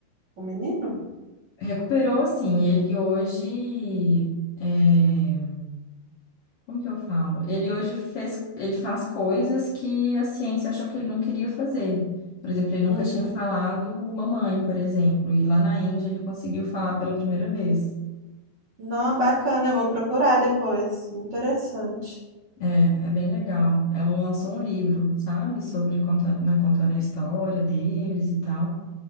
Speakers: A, on the right; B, on the left.
A: o menino?
B: Recuperou, assim, ele hoje. É, Como que eu falo? Ele hoje fez, ele faz coisas que a ciência achou que ele não queria fazer. Por exemplo, ele nunca
A: Uhum.
B: tinha falado mamãe, por exemplo, e lá na Índia ele conseguiu falar pela primeira vez.
A: Não, bacana, eu vou procurar depois. Interessante.
B: É, é bem legal. Ela lançou um livro, sabe, sobre conta, né, contando a história deles e tal.